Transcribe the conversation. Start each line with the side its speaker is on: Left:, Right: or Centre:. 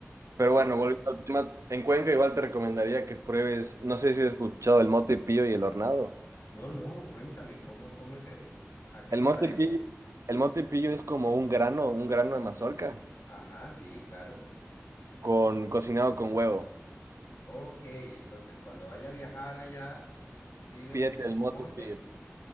Right: Pero
Left: Ento-
Right: bueno, volviendo al tema, en Cuenca igual te recomendaría que pruebes, no sé si has escuchado el mote pillo y el hornado.
Left: no, no, cuéntame, ¿cómo, cómo es eso? ¿A qué
Right: El
Left: se
Right: mote
Left: parece?
Right: pillo, el mote pillo es como un grano, un grano de mazorca
Left: Ajá, sí, claro.
Right: con cocinado con huevo.
Left: Ok, entonces cuando vaya a viajar allá, pido
Right: Pídete
Left: el
Right: el mote
Left: mote,
Right: pillo,